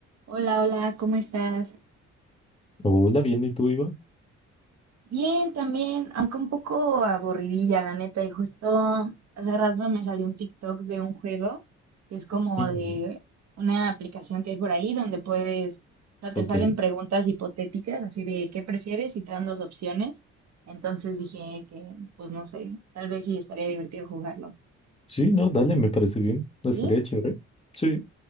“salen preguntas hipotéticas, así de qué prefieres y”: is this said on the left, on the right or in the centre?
Right